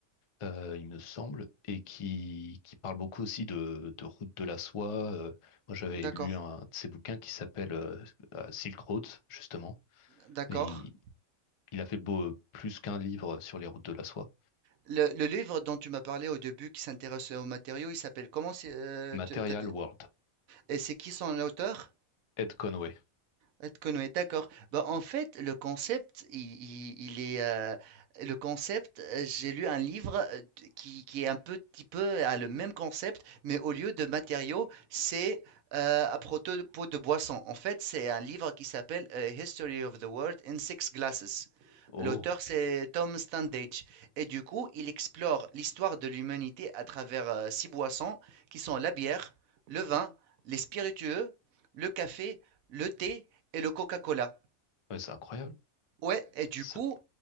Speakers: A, on the left; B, on the right.
A: euh, il me semble, et qui, qui parle beaucoup aussi de, de route de la soie. euh. moi, j'avais
B: D'accord,
A: lu un de ses bouquins qui s'appelle euh, euh, Silk Roads, justement.
B: d'accord.
A: Et il, il a fait beau, plus qu'un livre sur les routes de la soie.
B: Le, le livre dont tu m'as parlé au début qui s'intéresse aux matériaux, il s'appelle comment c'est, euh,
A: Material
B: tu- t'as-
A: World,
B: et c'est qui son auteur?
A: Ed Conway.
B: Ed Conway, d'accord. Bah, en fait, le concept, il, il- il est, euh, le concept, euh, j'ai lu un livre euh, d- qui, qui est un petit peu à le même concept, mais au lieu de matériaux, c'est euh, à propos de boissons. En fait, c'est un livre qui s'appelle euh, History of the World in Six Glasses.
A: Oh,
B: L'auteur,
A: ok.
B: c'est Tom Standage. Et du coup, il explore l'histoire de l'humanité à travers euh, six boissons qui sont la bière, le vin, les spiritueux, le café, le thé et le Coca-Cola.
A: Ouais, c'est incroyable.
B: Ouais, et du
A: Ça-
B: coup,